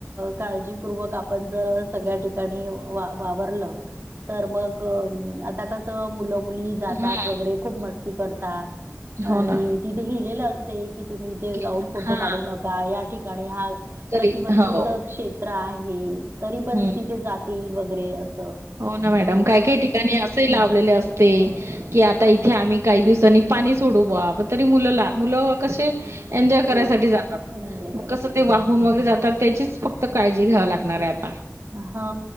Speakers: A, on the right; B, on the right.
A: काळजीपूर्वक आपण जर सगळ्या ठिकाणी वा वावरलं तर मग आता कस मुलं मुली जातात
B: हम्म
A: वगैरे खूप मस् करतात आणि
B: हो ना
A: तिथे लिहिलेलं असते की तुम्ही ते
B: की-
A: जाऊन फोटो
B: हा
A: काढू नका या ठिकाणी हा प्रतिबंधित
B: तरी हो
A: क्षेत्र आहे तरी पण
B: हम्म
A: तिथे जातील वगैरे अस
B: हो ना मॅडम काय काय ठिकाणी अस लावलेले असते की आता इथे आम्ही काही दिवसांनी पाणी सोडू बा तरी मुलंला मुलं कसे एन्जॉय करायसाठी
A: हो,
B: जातात
A: एन्जॉय
B: मग
A: करायसाठी
B: कसं ते
A: जातात.
B: वाहून वगैरे जातात त्याचीच फक्त काळजी घ्याव लागणार आहेत
A: हा